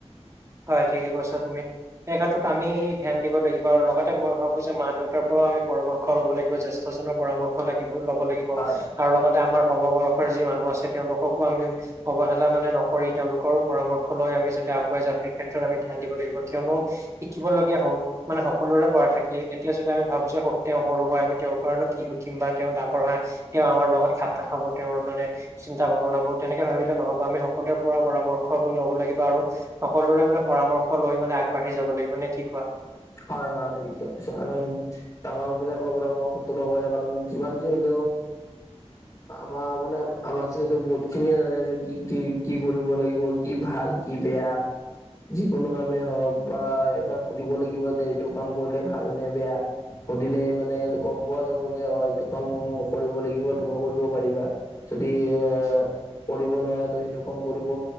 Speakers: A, on the right; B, on the left.
A: হয় ঠিকে কৈছা তুমি। সেই ক্ষেত্ৰত আমি ধ্যান দিব লাগিব আৰু লগতে মই ভাবো যে মা দেউতাৰ পৰাও আমি পৰামৰ্শ সেৱা লব লাগিব জেষ্ঠজনৰ পৰামৰ্শ লাগিব লব লাগিব।
B: হয়
A: আৰু লগতে আমাৰ সমবয়সৰ যি মানুহ আছে তেওঁলোককো আমি। অৱহেলা মানে নকৰি তেওঁলোকৰো পৰামৰ্শ লৈ আমি যাতে আগুৱাই যামওঁ। ক্ষেত্ৰত আমি ধ্যান দিব লাগিব কিয়নো শিকিবলগীয়া সৰু মানে সকলোৰে পৰা থাকি এতিয়া যদি আমি ভাবো যে তেওঁ সৰু হয় আমি তেওঁৰ পৰাণো কি সিকিম বা তেওঁ ডাঙৰ হয়। তেওঁ আমাৰ লগত খাত নাখাব তেওঁৰ মানে। চিন্তা ভাৱনাবোৰ তেনেকে ভাবিলে নহব আমি সকলোৰে পৰা পৰামৰ্শ লব লাগিব আৰু সকলোৰে মানে পৰামৰ্শ লৈ আগবাঢ়ি যাব লাগিব নে কি কোৱা?
B: হয় হয় ঠিকেই কৈছা কাৰণ। ডাঙৰ বিলাকৰ পৰামৰ্শ টো ল'ব লাগিব কাৰণ যিমান যি হলেও। আমাৰ মানে আমাৰ যিহেতু বহুত খিনিয়ে জানে যে কি কি কি কৰিব লাগিব। কি ভাল কি বেয়া যিকোনো কামেই হওঁক বা এবাৰ সুধিব লাগিব যে এইটো কাম কৰিলে ভাল নে বেয়া। সুধিলে মানে গম পোৱা যাব যে হয় এইটো কাম কৰিব লাগিব তুমিও কৰিব পাৰিবা। যদি এ কৰিব নোৱাৰে তো সেইটো কাম কৰিব